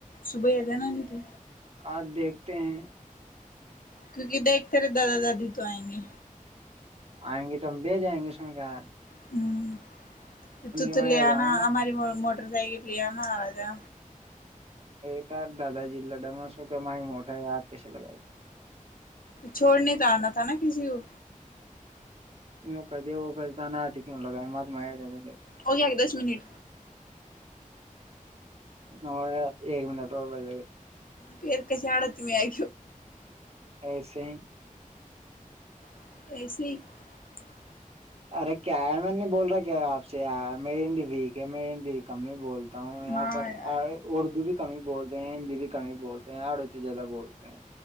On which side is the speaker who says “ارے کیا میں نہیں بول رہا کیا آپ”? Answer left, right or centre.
Right